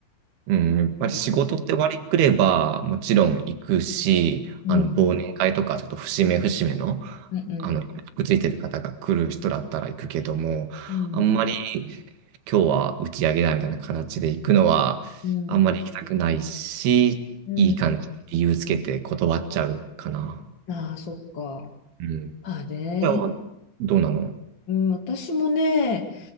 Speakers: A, on the right; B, on the left.
A: うん、やっぱり仕事って割りくれば、
B: うん、
A: もちろん行くし、
B: うん、
A: あの、忘年会とか、ちょっと節目節目の、
B: うん、
A: あの、くっついてる方が来る人だったら行くけども、
B: うん、
A: あんまり今日は打ち上げだみたいな形で行くのは、
B: うん。
A: あんまり行きたくないし、
B: うん
A: いい感じ、理由つけて断っちゃうかな。
B: ああ、そっか。
A: うん。い
B: まあね。
A: や、どうなの
B: うん、私もね、